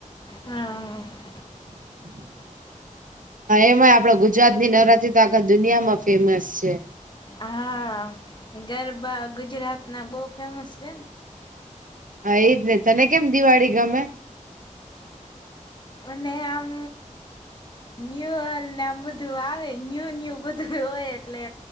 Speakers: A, on the left; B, on the right.
A: હા..
B: <inaudible> એમાંય આપણા ગુજરાતની નવરાત્રી તો આખા દુનિયામાં ફેમસ છે.
A: હા ગરબા ગુજરાતના બઉ ફેમસ છે.
B: હ એ જ ને તને કેમ દિવાળી ગમે?
A: મને આમ ન્યુ યરને આમ બધું આવે ન્યુ ન્યુ બધું હોય એટલે